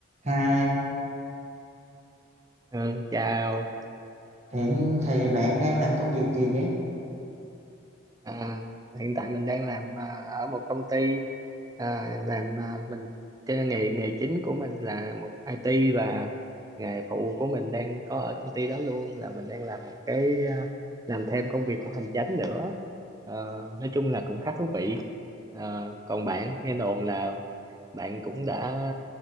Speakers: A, on the right (about 35°); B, on the right (about 15°).
A: Hai,
B: Ừ, chào
A: hiện thì bạn đang làm công việc gì nhỉ?
B: à, hiện tại mình đang làm à, ở một công ty à, làm à, mình cái nghề nghề chính của mình là một IT và nghề phụ của mình đang có ở công ty đó luôn là mình đang làm một cái à, làm thêm công việc của hành chánh nữa Ờ, nói chung là cũng khá thú vị Ờ, còn bạn nghe đồn là bạn cũng đã